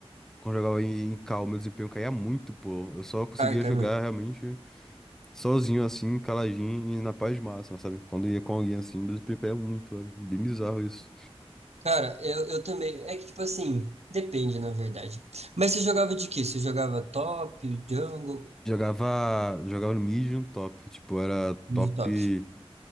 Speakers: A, in the centre; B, on the right.
A: quando eu jogava em, em cal, meu desempenho caía muito, pô. Eu só conseguia
B: Ai, cai
A: jogar
B: muito.
A: realmente sozinho, assim, caladinho e na paz máxima, sabe? Quando ia com alguém assim, meu desempenho caía muito, velho. Bem bizarro isso.
B: Cara, eu, eu também. É que, tipo assim, depende, na verdade. Mas você jogava de quê? Você jogava top, jungle,
A: Jogava, jogava no mid e no top, tipo, era
B: mid
A: top.
B: top?